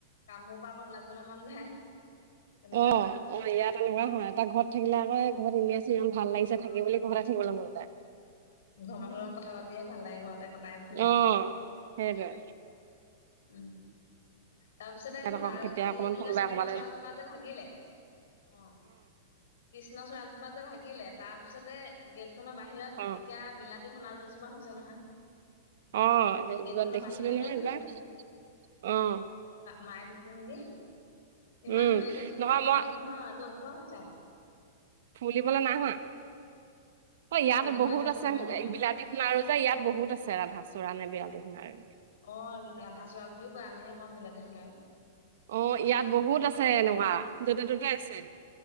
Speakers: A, on the left; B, on the right.
A: কামবোৰ পৰা অকমান ওলাই যাবলে মন যায়। তেনেকুৱা
B: অ,
A: হয়
B: অ' ইয়াত তেনেকুৱা হয় তাত ঘৰত থাকিলে আকৌ ঘৰত এনে আ যিমান ভাল লাগিছে
A: অ
B: থাকি বুলি ঘৰতে থাকিবলৈ মন যায়।
A: ঘৰৰ মানুহৰ লগত কথা পাতিয়ে ভাল লাগে ঘৰতে কটাই ভাল
B: অ,
A: লাগে
B: সেইটোৱে।
A: উম। তাৰ পিছতে
B: তাত
A: শুনাৰ
B: আকৌ কেতিয়া
A: কি
B: অকমান
A: বুলি
B: কোনোবাই
A: কয় কৃষ্ণচূৰাজোপা
B: ক'ৰবালে
A: যে ভাগিলে, অ', কৃষ্ণচূৰাজপা যে ভাগিলে তাৰ পিছতে গেট খনৰ বাহিৰত
B: অ',
A: এতিয়া বিলাত তি শুনাৰু এজোপা হৈছে নহয়।
B: অ, সে
A: গেট
B: ত
A: খনৰ
B: দেখিছিলো নহয়।
A: <unintelligible>
B: এইবাৰ, অ',
A: মায়ে দেখিছিল নিকি। ইমান
B: উম,
A: ধুনীয়াকে জোপহাকে
B: নহয় মই
A: হৈছে নহয়, ওখ হৈছে আক।
B: ফুলিবলৈ নাই হোৱা। অ' ইয়াত
A: ফুলিবই
B: বহুত
A: জেঠমহীয়াহে
B: আছে
A: ফুলে
B: বিলাতী সোণাৰো যে ইয়াত বহুত আছে ৰাধা চূ়ৰানে বিলাতী সোণাৰো।
A: অ, ৰাধাচূড়া বুলিও কয় আমিহে কও বিলতিসোনাৰু।
B: অ, ইয়াত বহুত আছে এনেকুৱা য'তে ত'তে আছে।